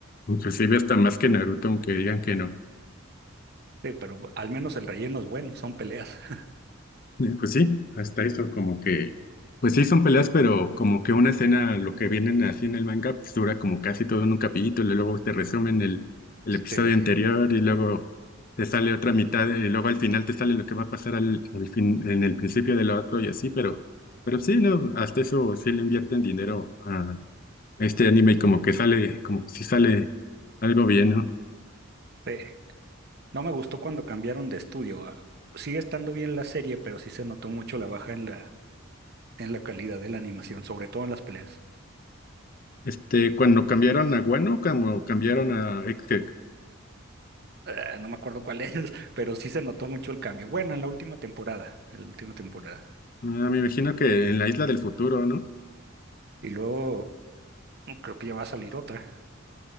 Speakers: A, on the left; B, on the right.
A: inclusive hasta más que Naruto, aunque digan que no.
B: Sí, pero bu- al menos el relleno es bueno, son peleas. <laughs>
A: Y Pues sí, hasta eso como que, pues sí son peleas, pero como que una escena, lo que vienen así en el manga, pues dura como casi todo en un capítulo, y luego te resumen el, el episodio
B: Sí,
A: anterior, y luego te sale otra mitad, y luego al final te sale lo que va a pasar al, al fin, en el principio de lo otro y así, pero, pero sí, no, hasta eso sí le invierten dinero a este anime y como que sale, como si sale algo bien, ¿no?
B: sí. No me gustó cuando cambiaron de estudio. Ah, Sigue estando bien la serie, pero sí se notó mucho la baja en la, en la calidad de la animación, sobre todo en las peleas.
A: Este, cuando cambiaron a Guano, como cambiaron a Egghead,
B: Ah, no me acuerdo cuál es, <laughs> pero sí se notó mucho el cambio. Bueno, en la última temporada, en la última temporada.
A: Ah, me imagino que en la isla del futuro, ¿no?
B: Y luego mm, creo que ya va a salir otra.